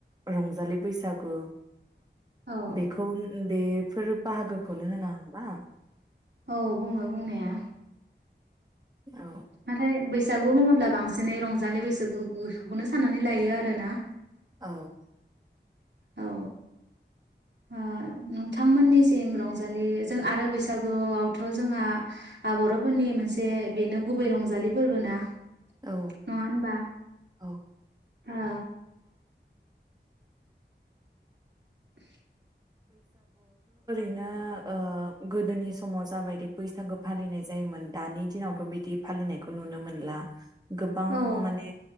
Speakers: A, on the right; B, on the right.
A: रंजालि बैसागु।
B: औ
A: बेखौ बे फोर बाहागोखौनो होना होमबा।
B: औ बुङो बुंनाया
A: औ
B: नाथाय बैसागु बुङोब्ला बांसिनै रंजालि बैसागुखौनो साननानै लायो आरो ना।
A: औ
B: औ। ओ‌ नोंथांमोननिसिम रंजालि जों आरो बैसागुआवथ' जोंहा आ बर'फोरनि मोनसे बेनो गुबै रंजालि फोरबो ना। नङा
A: औ
B: होनबा?
A: औ
B: औ। <unintelligible>
A: नो ओ गोदोनि समाव जाबायदि बैसागो फालिनाय जायोमोन दानि दिनावथ' बिदि फालिनायखौ नुनो मोनला। गोबां
B: ओ
A: माने